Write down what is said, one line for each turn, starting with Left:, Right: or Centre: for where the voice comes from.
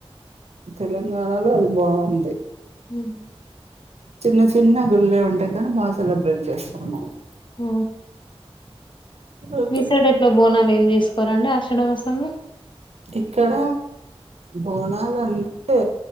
Right: తెలంగాణలో అది బాగుంది
Left: ఉమ్.
Right: చిన్న చిన్న గుళ్ళె ఉంటేయి కానీ బాగా సెలబ్రేట్ చేస్తారు మనకి
Left: ఉ
Right: అంతే.
Left: మీ సైడ్ ఎట్లా బోనాలు ఏం చేసుకోరండి ఆషాఢ మాసంలో
Right: ఇక్కడ బోనాలు అంటే